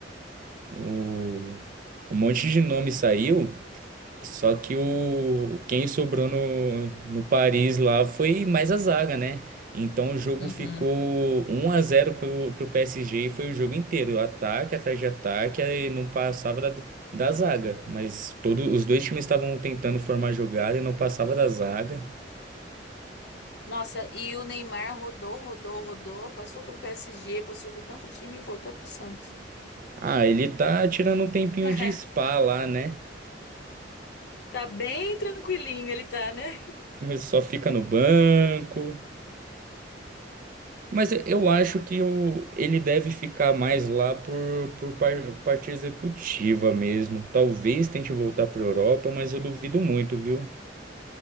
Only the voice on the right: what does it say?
O, um monte de nome saiu. Só que o quem sobrou no, no Paris lá foi mais a zaga, né? Então o jogo
ficou um a zero pro, pro PSG e foi o jogo inteiro, ataque atrás de ataque, aí não passava da, da zaga, mas todo, os dois times estavam tentando formar jogada e não passava da zaga.
Ah, ele tá tirando um tempinho
de spa lá, né?
<laughs> Só fica no banco. Mas eu acho que o, ele deve ficar mais lá por, por par- parte executiva mesmo. Talvez tente voltar para a Europa, mas eu duvido muito, viu?